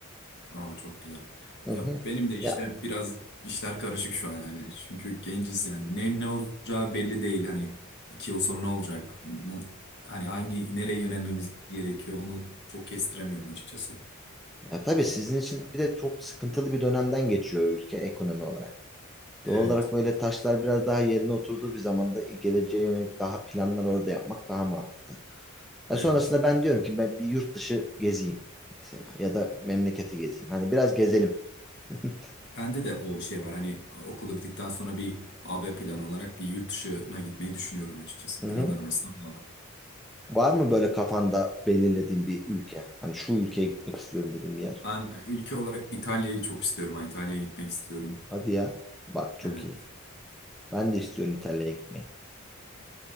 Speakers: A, on the left (about 50°); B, in the centre.
A: Aa çok güzel.
B: Hı
A: Ya
B: hı.
A: benim de işte
B: Ya,
A: biraz işler karışık şu an yani. Çünkü genciz yani. Ne ne olacağı belli değil. Hani iki yıl sonra ne olacak? N- Hani hangi nereye yönelmemiz gerekiyor? Onu çok kestiremiyorum açıkçası.
B: ya tabii sizin için bir de çok sıkıntılı bir dönemden geçiyor ülke ekonomi olarak. Doğal
A: Evet.
B: olarak böyle taşlar biraz daha yerine oturduğu bir zamanda geleceğe yönelik daha planlar orada yapmak daha mantıklı. Ya
A: Evet.
B: sonrasında ben diyorum ki ben bir yurt dışı gezeyim mesela ya da memleketi gezeyim. Hani biraz gezelim. <laughs>
A: Bende de o şey var. Hani okul bittikten sonra bir AB planı olarak bir yurt dışına gitmeyi düşünüyorum açıkçası.
B: Hı hı.
A: Planlar arasında bu da var.
B: Var mı böyle kafanda belirlediğin bir ülke? Hani şu ülkeye gitmek istiyorum dediğin bir yer.
A: Ben ülke olarak İtalya'yı çok istiyorum. Ha, İtalya'ya gitmek istiyorum.
B: Hadi ya. Bak çok
A: Evet.
B: iyi. Ben de istiyorum İtalya'ya gitmeyi.